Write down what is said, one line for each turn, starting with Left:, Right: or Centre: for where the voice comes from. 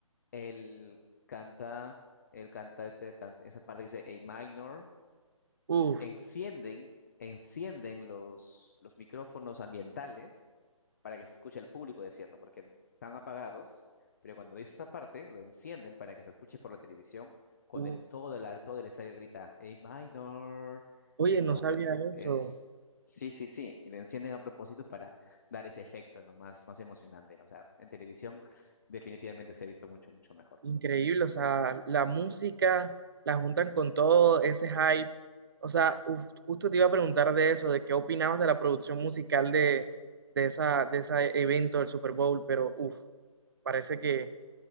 Left: él canta, él canta ese, can- esa parte que dice A minor
Right: Uf,
Left: encienden, encienden los, los micrófonos ambientales para que se escuche al público decirlo, porque están apagados, pero cuando dice esa parte, lo encienden para que se escuche por la televisión, con
Right: uf.
Left: el todo, la, todo el estadio grita, A minor.
Right: Oye,
Left: Entonces
Right: no sabía
Left: es,
Right: eso.
Left: sí, sí, sí, y lo encienden a propósito para dar ese efecto, ¿no? Más, más emocionante, ¿no? O sea, en televisión definitivamente se ha visto mucho, mucho mejor.
Right: Increíble, o sea, la música la juntan con todo ese hype. O sea, uf, justo te iba a preguntar de eso, de qué opinabas de la producción musical de, de esa, de ese evento del Super Bowl, pero uf, parece que